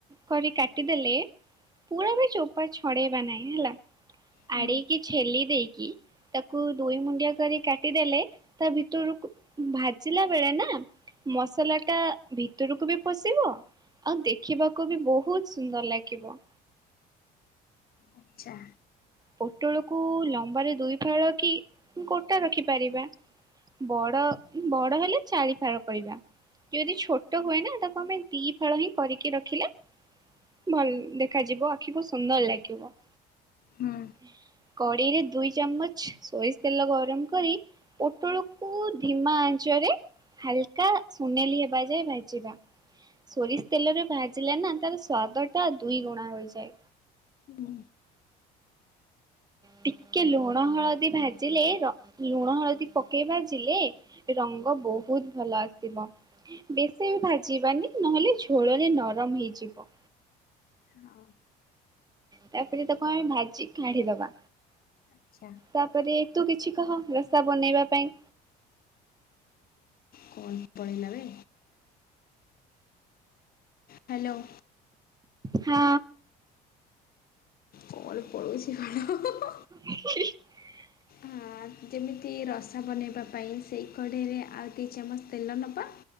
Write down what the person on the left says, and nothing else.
ହୁଁ
ଆଚ୍ଛା।
ହୁଁ
ହଁ। <inaudible>
ହଉ।
ଆଚ୍ଛା
କଣ ପଳେଇଲାବେ? ହ୍ୟାଲୋ।
କଲ୍ ପଳେଇଛି କଣ।
ହଁ, ଯେମିତି ରସ ବନେଇବା ପାଇଁ ସେଇ କଡେଇରେ ଆଉ ଦି ଚାମଚ ତେଲ ନବା।